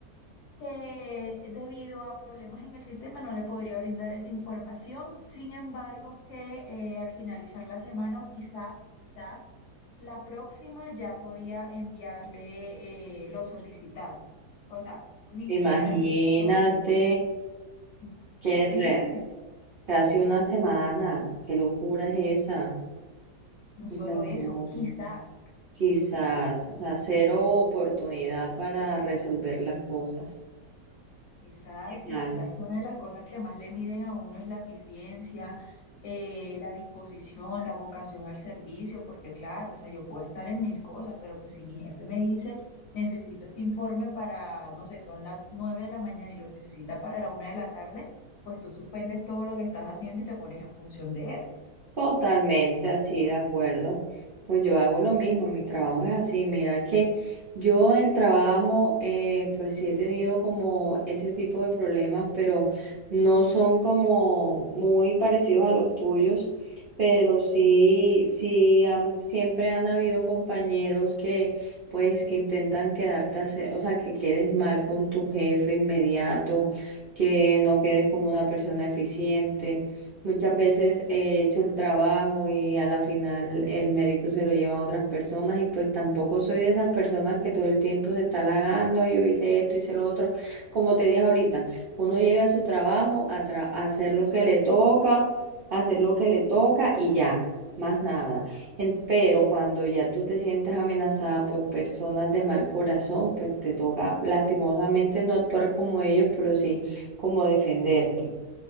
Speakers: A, on the left; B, on the right.
A: que debido a problemas en el sistema no le podría brindar esa información. Sin embargo, que eh, al finalizar la semana o quizás, quizás la próxima ya podía enviarle eh, lo solicitado. O sea, ni siquiera
B: Imagínate
A: diciendo, no, horrible,
B: que re- casi una semana, qué locura es esa.
A: no solo
B: No,
A: eso, quizás.
B: quizás, o sea, cero oportunidad para resolver las cosas.
A: Exacto,
B: Qué mal.
A: y tú sabes que una de las cosas que más le miden a uno es la eficiencia, eh, la disposición, la vocación al servicio, porque claro, o sea, yo puedo estar en mil cosas, pero pues si mi jefe me dice, necesito este informe para, no sé, son las nueve de la mañana y lo necesita para la una de la tarde, pues tú suspendes todo lo que estás haciendo y te pones en función de eso.
B: Totalmente así, de acuerdo. Pues yo hago lo mismo, mi trabajo es así. Mira que yo el trabajo, eh, pues sí he tenido como ese tipo de problemas, pero no son como muy parecidos a los tuyos, pero sí, sí, han- siempre han habido compañeros que pues intentan quedarte, hace- o sea, que quedes mal con tu jefe inmediato, que no quedes como una persona eficiente. Muchas veces he hecho el trabajo y a la final el mérito se lo llevan otras personas y pues tampoco soy de esas personas que todo el tiempo se está halagando, "Ay, yo hice esto, hice lo otro. Como te dije ahorita, uno llega a su trabajo a, tra- a hacer lo que le toca, a hacer lo que le toca y ya, más nada. En- pero cuando ya tú te sientes amenazada por personas de mal corazón, pues te toca lastimosamente no actuar como ellos, pero sí como defenderte.